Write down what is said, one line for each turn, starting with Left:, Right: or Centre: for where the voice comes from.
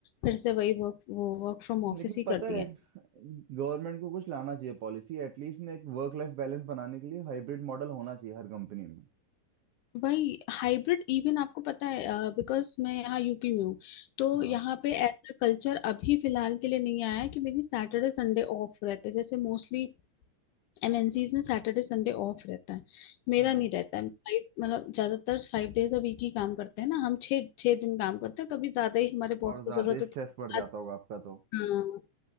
Left: फिर से वही वर्क वो वर्क फ्रॉम
Right: लेकिन
Left: ऑफिस ही
Right: पता
Left: कर दिया
Right: है गवर्नमेंट को कुछ लाना चाहिए पॉलिसी एटलीस्ट ने एक वर्क लाइफ बैलेंस बनाने के लिए हाइब्रिड मॉडल होना चाहिए हर कंपनी में
Left: वही हाइब्रिड इवन आपको पता है बिकॉज मैं यहाँ यूपी में हूँ तो
Right: हाँ
Left: यहाँ पे ऐसा कल्चर अभी फिलहाल के लिए नहीं आया है कि मेरी सैटरडे संडे ऑफ रहते हैं। जैसे मोस्टली एमएनसीज में सैटरडे संडे ऑफ रहता है मेरा
Right: हाँ
Left: नहीं रहता है फाइव मतलब ज्यादातर फाइव डेज अ वीक ही काम करते हैं ना हम छः छः दिन काम करते हैं कभी ज्यादा ही हमारे बॉस
Right: और
Left: को
Right: ज्यादा
Left: जरूरत होती
Right: स्ट्रेस बढ़ जाता
Left: है आज-
Right: होगा आपका तो
Left: हाँ